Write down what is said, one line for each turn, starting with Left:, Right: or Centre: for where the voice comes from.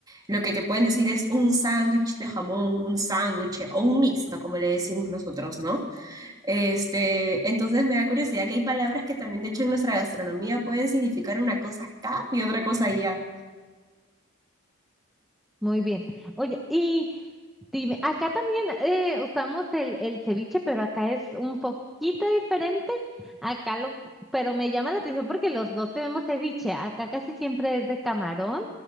Right: Lo que te pueden decir es un sándwich de jamón, un sándwich o un mixto, como le decimos nosotros, ¿no? Este, entonces me da curiosidad que hay palabras que también, de hecho, en nuestra gastronomía pueden significar una cosa acá y otra cosa allá.
Centre: Muy bien. Oye, y dime, acá también eh, usamos el, el ceviche, pero acá es un poquito diferente. Acá lo, pero me llama la atención porque los dos tenemos ceviche. Acá casi siempre es de camarón,